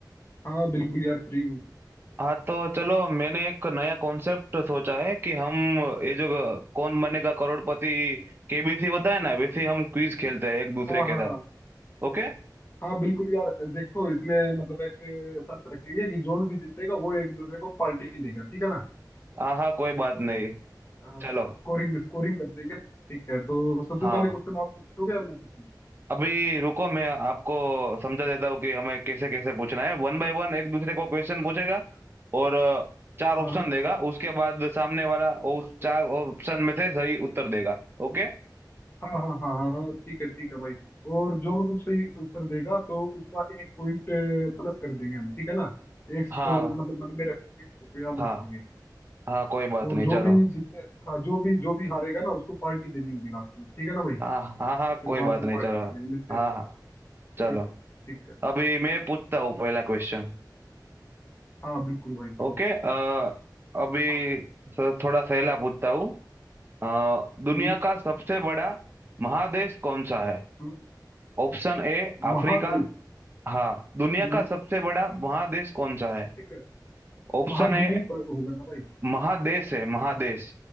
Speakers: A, on the left; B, on the right.
A: हाँ बिल्कुल यार फ्री हूँ
B: हाँ तो चलो मैंने एक नया कॉन्सेप्ट सोचा है कि हम ये जो कौन बनेगा करोड़पति केबीसी होता है ना वैसे हम क्विज खेलते हैं एक दूसरे
A: हाँ
B: के
A: हाँ
B: साथ
A: हाँ
B: ओके
A: हाँ बिल्कुल यार देखो इसमें मतलब एक अ, शर्त रखेंगे कि जोन भी जीतेगा वो एक दूसरे को पार्टी देगा ठीक है ना
B: हाँ हाँ कोई बात नहीं
A: हाँ
B: चलो
A: स्कोरिंग स्कोरिंग कर लेंगे ठीक है तो सबसे
B: हाँ
A: पहले क्वेश्चन आप पूछोगे या मैं पूछूँ
B: अभी रुको मैं आपको समझा देता हूँ कि हमें कैसे कैसे पूछना है वन बाय वन एक दूसरे को क्वेश्चन पूछेगा और अ, चार
A: हाँ
B: ऑप्शन देगा उसके बाद सामने वाला उस
A: हाँ,
B: चार ऑप्शन में से सही उत्तर देगा ओके
A: हाँ हाँ हाँ हाँ हाँ ठीक है ठीक है भाई और जो मतलब सही उत्तर देगा तो उसका एक पॉइंट प्लस कर देंगे हम ठीक है ना एक स्कोर
B: हाँ
A: मतलब मन में रख लेंगे उसको याद
B: हाँ
A: रखेंगे
B: हाँ कोई बात
A: और
B: नहीं
A: जो
B: चलो
A: भी जीते हाँ जो भी जो भी हारेगा ना उसको पार्टी देनी होगी लास्ट में ठीक है ना भाई
B: हाँ हाँ हाँ
A: और फिर
B: कोई
A: बाद
B: बात
A: में
B: नहीं
A: पार्टी
B: चलो
A: कर लेंगे मिलते
B: हाँ
A: हैं जब
B: हाँ चलो
A: ठीक है भाई ठीक है
B: अभी मैं पूछता हूँ पहला क्वेश्चन
A: हाँ बिल्कुल भाई करो
B: ओके अ, अभी
A: हाँ
B: स- थोड़ा सहेला पूछता हूँ अ, दुनिया
A: हम्म
B: का सबसे बड़ा महादेश कौन सा है
A: हम्म
B: Option A Africa
A: महादेश
B: हाँ दुनिया
A: हम्म
B: का सबसे बड़ा महादेश कौन सा है
A: ठीक है
B: Option
A: महाद्वीप
B: A
A: होगा ना भाई
B: महादेश है महादेश